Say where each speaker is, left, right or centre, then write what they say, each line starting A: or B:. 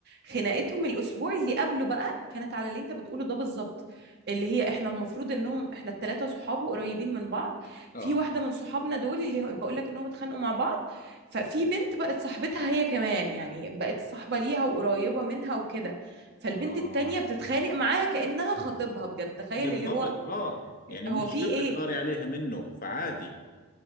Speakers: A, on the right (about 50°); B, on the left (about 40°).
A: خناقتهم الأسبوع اللي قبله بقى كانت على اللي أنت بتقوله ده بالظبط اللي هي إحنا المفروض إنهم إحنا التلاتة صحاب وقريبين من بعض
B: اه
A: في واحدة من صحابنا دول اللي بقول لك إنهم اتخانقوا مع بعض ففي بنت بقت صاحبتها هي كمان يعني بقت صاحبة ليها وقريبة منها وكده فالبنت
B: اه
A: التانية بتتخانق معاها كأنها خطيبها بجد تخيل
B: بالضبط
A: اللي هو
B: آه يعني
A: هو
B: مش
A: في
B: شاب
A: إيه
B: تغاري عليها منه فعادي